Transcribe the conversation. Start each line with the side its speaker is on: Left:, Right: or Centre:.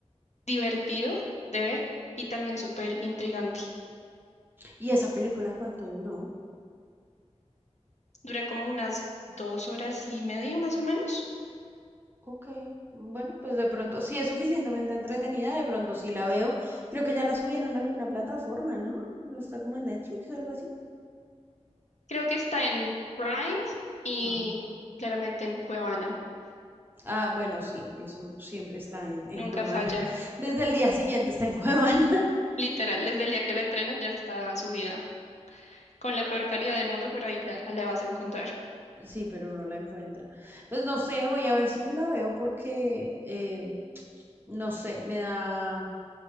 Left: divertido de ver y también súper intrigante.
Right: ¿Y esa película cuánto duró?
Left: Dura como unas dos horas y media más o menos.
Right: Ok, bueno, pues de pronto, si es suficientemente entretenida, de pronto sí la veo. Creo que ya la subieron a alguna plataforma, ¿no? ¿No está como en Netflix o algo así?
Left: Creo que está en Prime y
Right: Ajá.
Left: claramente en Cuevana.
Right: Ah, bueno, sí, eso siempre está en, en
Left: Nunca
Right: Cuevana.
Left: falla
Right: <laughs> Desde el día siguiente está en Cuevana. <laughs>
Left: Literal, desde el día que la estrenan ya está subida con la peor calidad del mundo, pero ahí la, la vas a encontrar.
Right: Sí, pero no la encuentra. Pues no sé, voy a ver si me la veo porque, eh, no sé, me da,